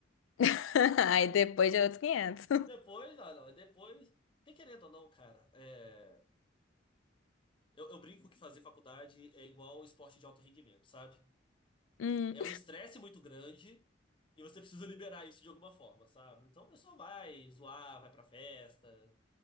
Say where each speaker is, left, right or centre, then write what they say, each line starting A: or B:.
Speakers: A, on the left (about 85°); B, on the left (about 25°).
A: <laughs> Aí depois de outros 500.
B: Depois, não, não, depois, porque querendo ou não, cara, é, eu, eu brinco que fazer faculdade é igual esporte de alto rendimento, sabe?
A: Hum,
B: é um estresse muito grande e você precisa liberar isso de alguma forma, sabe? Então a pessoa vai zoar, vai pra festa,